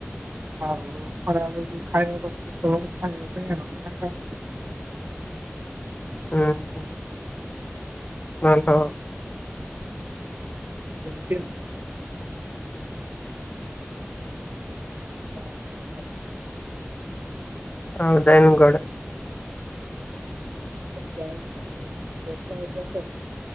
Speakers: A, on the right; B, on the left.
A: ଆଉ ଖରା ବେଳକୁ ଖାଇବା କର ଦେ ଖାଇବା ପାଇଁ ଆଉ ଖାଇବା।
B: <inaudible> <inaudible>
A: <inaudible> <inaudible>
B: ହଁ ଦୟନଗଡ଼।
A: ଯାଇନି ବର୍ଷା ହେଲା ତ।